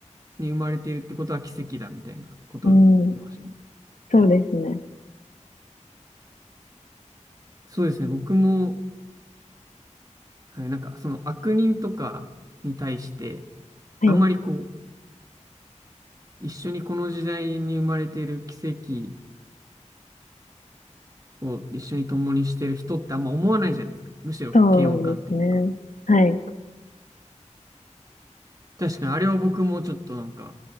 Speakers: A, on the right; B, on the left.
A: に生まれているってことは奇跡だ、みたいなこと言ってましたね。
B: うん。そうですね。
A: そうですね。僕も、はい、なんかその悪人とかに対して、
B: はい。
A: あんまりこう、一緒にこの時代に生まれている奇跡を一緒に共にしてる人ってあんま思わないじゃないですか。むしろこう、
B: そうですね。
A: 嫌悪感っていうか。
B: はい。
A: 確かにあれは僕もちょっとなんか、